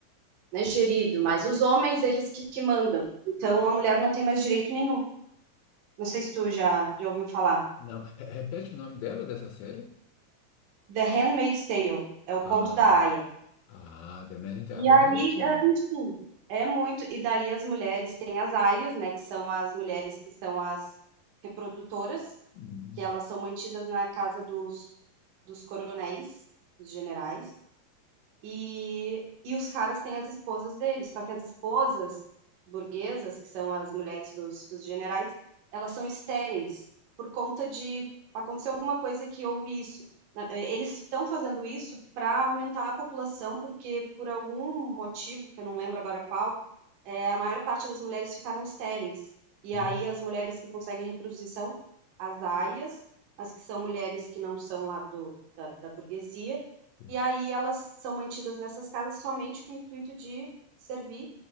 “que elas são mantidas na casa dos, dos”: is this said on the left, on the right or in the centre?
Right